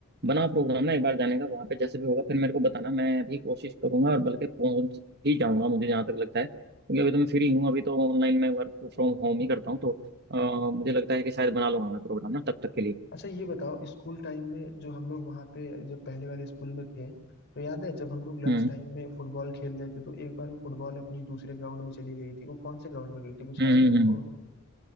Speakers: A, on the right (about 50°); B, on the left (about 50°).
A: बना प्रोग्राम ना एक बार जाने का वहां पे जैसे भी होगा फिर मेरे को बताना मैं भी कोशिश करूंगा और बल्कि पहुंच ही जाऊंगा मुझे जहां तक लगता है क्योंकि अभी तो मैं फ्री हूँ अभी तो ऑनलाइन मैं वर्क फ्रॉम होम ही करता हूँ तो अ, मुझे लगता है कि शायद बना लूंगा मैं प्रोग्राम ना तब तक के लिए
B: अच्छा ये बताओ स्कूल टाइम में जो हम लोग वहाँ पे जब पहले वाले स्कूल में थे तो याद है जब हम लोग लंच
A: हम्म
B: टाइम में फुटबॉल खेल रहे थे तो एक बार वो फुटबॉल अपनी दूसरे ग्राउंड में चली गई थी वो कौन से ग्राउंड में गई थी कुछ
A: हम्म
B: याद
A: हम्म
B: है आपको
A: हम्म।